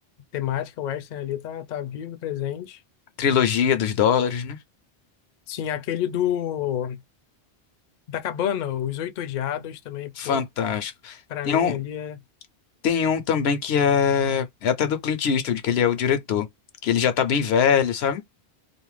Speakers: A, on the left; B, on the left.
A: Temática western ali tá, tá vivo, presente.
B: Trilogia dos dólares, né?
A: Sim, aquele do. Da Cabana, Os Oito Odiados também,
B: Fantástico.
A: pô. Pra
B: Tem
A: mim
B: um,
A: ali é.
B: tem um também que é, é até do Clint Eastwood, que ele é o diretor. Que ele já tá bem velho, sabe?